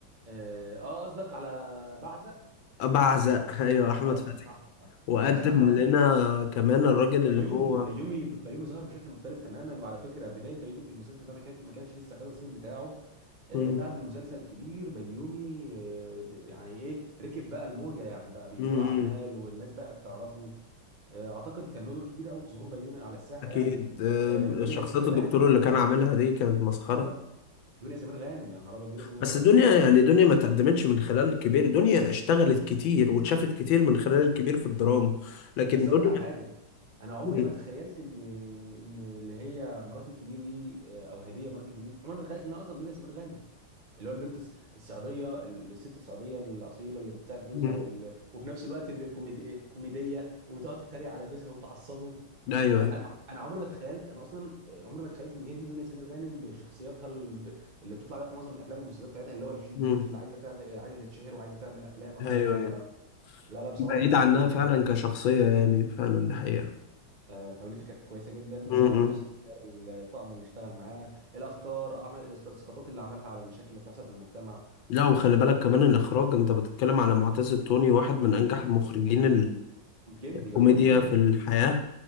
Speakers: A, on the right; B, on the left.
A: اه آه، قصدك على بعزق
B: بعزق ايوه احمد
A: اه
B: فتحي
A: اه صح صح
B: وقدم
A: يا باشا على
B: لنا
A: فكره
B: كمان الراجل
A: بيومي
B: اللي هو
A: بيومي بيومي ظهر بشكل مختلف تماما وعلى فكره بدايه بيومي في المسلسل ده ما كانش ما كانش لسه خد الصيت بتاعه آه
B: مم.
A: بعد المسلسل الكبير بيومي آه د- يعني ايه ركب بقى الموجه يعني بقى بيجي
B: مم.
A: له اعمال
B: مم.
A: والناس بقت تعرفه آه اعتقد كان له دور كبير قوي في ظهور بيومي على الساحه
B: اكيد
A: يعني
B: أم،
A: آه دنيا
B: شخصية
A: سمير
B: الدكتور
A: غانم يا
B: اللي
A: نهار
B: كان
A: ابيض
B: عاملها دي كانت مسخرة
A: اه دنيا سمير غانم يا نهار ابيض دنيا سمير
B: بس
A: غانم على
B: دنيا
A: فكره
B: يعني دنيا ما تقدمتش من خلال الكبير دنيا اشتغلت كتير واتشافت كتير من خلال الكبير في الدراما لكن
A: بس اقول
B: دنيا
A: لك على حاجه انا عمري
B: مم.
A: ما تخيلت ان ان اللي هي مرات الكبير دي آه، او هديه مرات الكبير دي، عمري ما تخيلت انها اصلا دنيا سمير غانم اللي هو البنت الس- السعوديه الست السعوديه الاصيله اللي بتساعد جوزها
B: مم.
A: وال... وفي نفس الوقت كوميدي... كوميديه وتقعد تتريق على جوزها وتعصبه
B: ايوه
A: لا
B: ايوه
A: انا انا عمري ما تخيلت انا اصلا آه، عمري ما تخيلت ان هي دي دنيا سمير غانم بشخصيتها ال- اللي بتطلع بيها في معظم الافلام والمسلسلات بتاعتها اللي هو البنت
B: مم.
A: اللي عايزه تعمل عايزه تتشهر وعايزه تعمل افلام او
B: ايوه
A: عايزه تبقى
B: ايوه
A: لا لا بصراحه
B: بعيد
A: كانت
B: عنها
A: توليفه
B: فعلا
A: جامده
B: كشخصية يعني فعلا ده حقيقة
A: آه، توليفه كانت كويسه جدا
B: مم.
A: آه، حسن اختيار الطقم اللي اشتغل معاه الافكار اعمال الاسقاطات اللي عملها على المشاكل اللي بتحصل في المجتمع
B: لا وخلي
A: آه،
B: بالك كمان الإخراج أنت بتتكلم على معتز التوني واحد من أنجح المخرجين
A: والجندي
B: الكوميديا
A: واحمد الجندي
B: في
A: الاثنين
B: الحياة